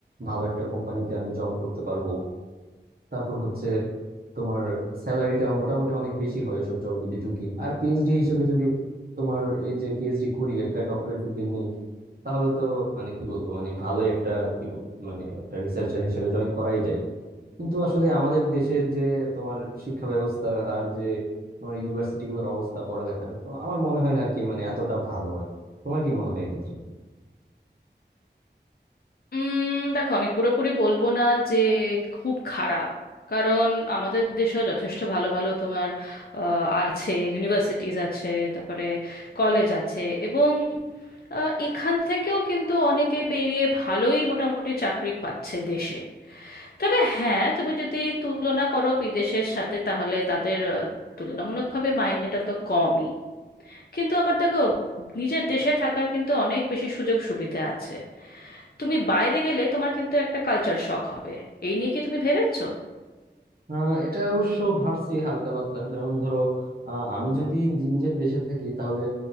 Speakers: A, on the right; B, on the left.
A: ভালো একটা কোম্পানিতে আমি জব করতে পারবো তারপর হচ্ছে তোমার স্যালারিটা মোটামুটি অনেক বেশি হয় এসব জবে যদি ঢুকি আর পিএইচডি হিসেবে যদি তোমার এই যে পিএইচডি করি একটা ডক্টরেট ডিগ্রি নেই তাহলে তো মানে কি বলবো মানে ভালোই একটা কি বল মানে একটা রিসার্চার হিসেবে জয়েন করাই যায় কিন্তু আসলে আমাদের দেশের যে তোমার শিক্ষা ব্যবস্থা আর যে তোমার ইউনিভার্সিটি গুলোর অবস্থা পড়ালেখার তো আমার মনে হয় না আর কি মানে এতটা ভালো আর তোমার কি মনে হয় এক্ষেত্রে
B: উম দেখো আমি পুরোপুরি বলবো না যে খুব খারাপ কারণ আমাদের দেশেও যথেষ্ট ভালো ভালো তোমার আহ, আছে ইউনিভার্সিটিজ আছে তারপরে কলেজ আছে এবং আহ, এখান থেকেও কিন্তু অনেকে বেরিয়ে ভালোই মোটামুটি চাকরি পাচ্ছে দেশে তবে হ্যাঁ তুমি যদি তুলনা করো বিদেশের সাথে তাহলে তাদের আহ, তুলনামূলকভাবে মাইনেটা তো কমই কিন্তু আবার দেখো নিজের দেশে থাকার কিন্তু অনেক বেশি সুযোগ সুবিধা আছে তুমি বাইরে গেলে তোমার কিন্তু একটা কালচার শক হবে এই নিয়ে কি তুমি ভেবেছো
A: আহ এটা অবশ্য ভাবছি হালকা পাতলা যেমন ধরো আহ, আমি যদি নি- নিজের দেশে থাকি তাহলে